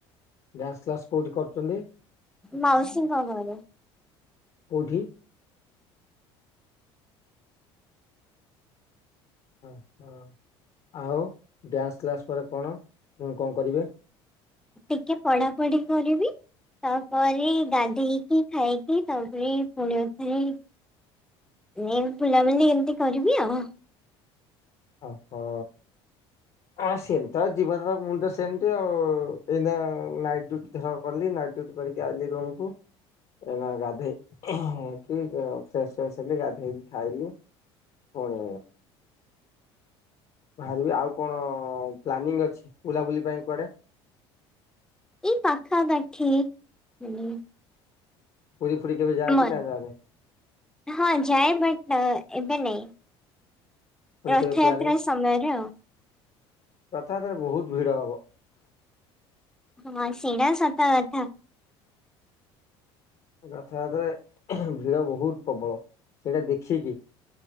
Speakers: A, on the left (about 45°); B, in the centre.
A: ଡ୍ୟାନ୍ସ କ୍ଲାସ କୋଉଠି କରୁଚନ୍ତି?
B: ମାଉସୀ କବରେ
A: କୋଉଠି? ହଁ ହଁ ଆଉ ଡ୍ୟାନ୍ସ କ୍ଲାସ୍ ପରେ କଣ ହୁଁ କଣ କରିବେ?
B: ଟିକେ ପଢାପଢି କରିବି, ତାପରେ ଗାଧେଇ କି ଖାଇକି ତାପରେ ପୁଣି ଆଉ ଥରେ <unintelligible> ବୁଲାବୁଲି ଏମିତି କରିବି ଆଉ।
A: ଓହୋ।
B: <inaudible>
A: ହଁ ସେମି ତ ଯିବନର ମୁଁ ତ ସେମିତି ଆଉ ଏଇନା ନାଇଟ୍ ଡିଉଟି ଧର କଲି ନାଇଟ୍ ଡିଉ <unintelligible> ଆଇଲି ରୁମ୍ କୁ। ଏଇନା ଗାଧେଇ କି <unintelligible> ଫ୍ରେସ୍ ଫସ୍ ହେଲେ ଗାଧେଇକି ଖାଇଲି।
B: <inaudible>
A: ପୁଣି ବାହାରିବି, ଆଉ କଣ ପ୍ଲାନିଂ ଅଛି ବୁଲାବୁଲି ପାଇଁ କୁଆଡେ?
B: ଏଇ ପାଖାପାଖି <unintelligible>
A: ପୁରୀ ଫୁରୀ କେବେ ଯା
B: ମ
A: କି ନା ଯାଓନି?
B: ହଁ ଯାଏ ବଟ୍ ଏବେ ନାଇଁ।
A: ପୁଣି
B: ରଥଯାତ୍ରା
A: କେବେ ପ୍ଲାନିଂ
B: ସମୟରେ ଆଉ
A: ରଥଯାତ୍ରାରେ ବୋହୁତ ଭିଡ଼ ହବ।
B: ହଁ ସେଇରା ସତ କଥା।
A: ରଥଯାତ୍ରାରେ ଭିଡ ବୋହୁତ ପ୍ରବଳ, ସେଇଟା ଦେଖିକି